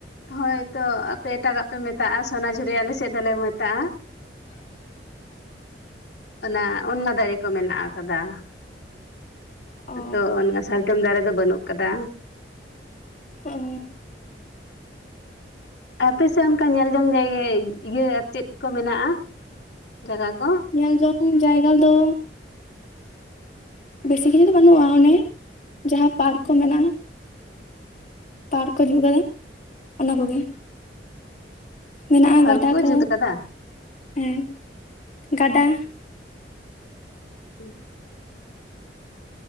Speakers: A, on the left; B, on the left.
A: ᱦᱳᱭᱛᱚ ᱟᱯᱮ ᱮᱴᱟᱜᱟᱜ ᱯᱮ ᱢᱮᱛᱟᱜᱼᱟ ᱥᱚᱱᱟᱡᱷᱩᱨᱤ ᱟᱞᱮ ᱥᱮᱫ ᱫᱚᱞᱮ ᱢᱮᱛᱟᱜᱼᱟ ᱾
B: <inaudible>
A: ᱚᱱᱟ ᱚᱱᱟ ᱫᱟᱨᱮ ᱠᱚ ᱢᱮᱱᱟᱜ ᱟᱠᱟᱫᱟ ᱾
B: ᱚ
A: ᱳ ᱛᱚ ᱚᱱᱟ ᱥᱟᱨᱡᱚᱢ ᱫᱟᱨᱮ ᱫᱚ ᱵᱟᱹᱱᱩᱜ ᱠᱟᱫᱟ ᱾
B: ᱳ ᱦᱳ
A: ᱟᱯᱮ ᱥᱮᱫ ᱚᱱᱠᱟ ᱧᱮᱞ ᱡᱚᱝ ᱡᱟᱭᱜᱟ ᱤᱭᱟᱹ ᱟᱨ ᱪᱮᱫ ᱠᱚ ᱢᱮᱱᱟᱜᱼᱟ ᱡᱟᱭᱜᱟ ᱠᱚ
B: ᱧᱮᱞ ᱡᱚᱝ ᱡᱟᱭᱜᱟ ᱫᱚ ᱵᱮᱥᱤ ᱠᱤᱪᱷᱩ ᱫᱚ ᱵᱟᱹᱱᱩᱜᱼᱟ ᱚᱱᱮ ᱡᱟᱦᱟᱸ ᱯᱟᱨᱠ ᱠᱚ ᱢᱮᱱᱟᱜᱼᱟ ᱾ ᱯᱟᱨᱠ ᱠᱚ ᱦᱤᱡᱩᱜ ᱠᱟᱫᱟ ᱚᱱᱟ ᱠᱚᱜᱮ ᱢᱮᱱᱟᱜᱼᱟ
A: ᱯᱟᱨᱠ
B: ᱜᱟᱰᱟ ᱠᱚ
A: ᱡᱩᱛ ᱠᱟᱫᱟ
B: ᱦᱮᱸ ᱜᱟᱰᱟ
A: ᱦᱩᱸ